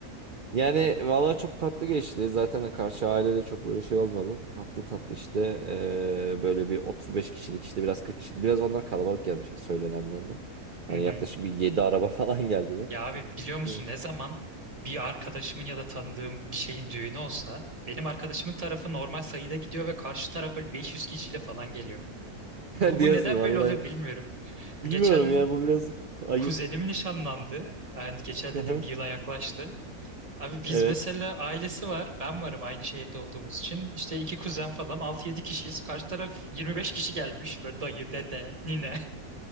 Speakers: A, on the right; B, on the right.
A: Yani valla çok tatlı geçti. Zaten karşı ailede çok böyle şey olmadı. Tatlı tatlı işte eee, böyle bir 35 kişilik işte biraz 40 kişilik. Biraz onlar kalabalık gelmişler söylenenlerden. Hani
B: Hı hı.
A: yaklaşık bir 7 araba <laughs> falan geldiler.
B: Ya abi biliyor musun
A: Evet.
B: ne zaman bir arkadaşımın ya da tanıdığım bir şeyin düğünü olsa benim arkadaşımın tarafı normal sayıda gidiyor ve karşı taraf böyle 500 kişiyle falan geliyor. Bu,
A: <laughs>
B: bu
A: Diyorsun
B: neden
A: vallahi.
B: böyle oluyor bilmiyorum.
A: Bilmiyorum
B: Geçen
A: ya bu biraz ayıp.
B: kuzenim nişanlandı. Yani geçen
A: <laughs>
B: dedim bir yıla yaklaştı. Abi biz
A: Evet.
B: mesela ailesi var. Ben varım aynı şehirde olduğumuz için. İşte iki kuzen falan altı yedi kişiyiz. Karşı taraf 25 kişi gelmiş. Böyle dayı, dede, nine.